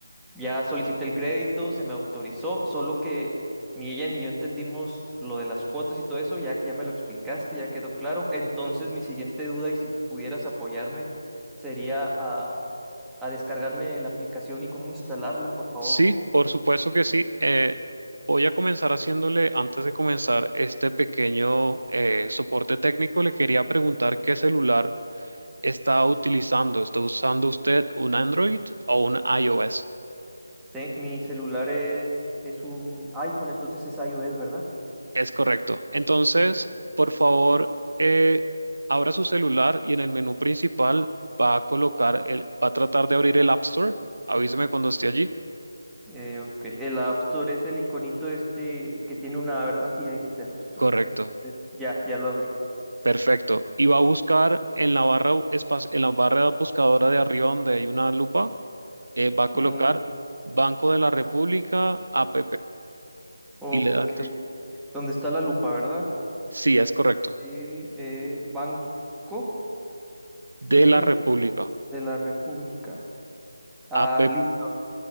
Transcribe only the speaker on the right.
sí, por supuesto que sí. Eh, voy a comenzar haciéndole, antes de comenzar este pequeño eh, soporte técnico, le quería preguntar qué celular está utilizando. ¿Está usando usted un Android o un iOS?
Es correcto. Entonces,
por favor, eh, abra su celular y en el menú principal va a colocar el, va a tratar de abrir el App Store. Avíseme cuando esté allí.
Correcto.
Perfecto. Y va a buscar en la barra u- espac- en la barra buscadora de arriba donde hay una lupa, eh, va a colocar
Banco de la República app
y le da enter.
Sí, es correcto.
De
la República
app.